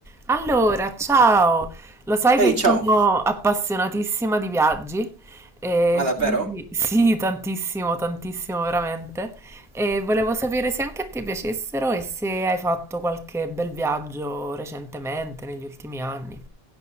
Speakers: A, in the centre; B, on the right (about 65°).
A: Allora, ciao! Lo sai
B: Ehi,
A: che io
B: ciao!
A: sono appassionatissima di viaggi e
B: Ma davvero?
A: quindi sì, tantissimo, tantissimo veramente. E volevo sapere se anche a te piacessero e se hai fatto qualche bel viaggio recentemente, negli ultimi anni.